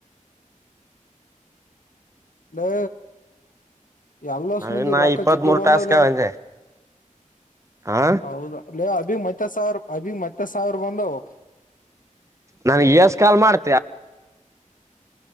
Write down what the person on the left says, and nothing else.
<unintelligible> ಲೇ ಎಲ್ಲಾಸು
ಮಂದಿವು ರೊಕ್ಕಾ
ಜೇಗ್ಗಿ
ಬಂದಾವು
ಲೇ
ಹೌದ ಅಲ್ಲ ಅಭಿ ಮತ್ತೆ ಸಾವಿರ ಅಭಿ ಮತ್ತೆ ಸಾವಿರ ಬಂದವು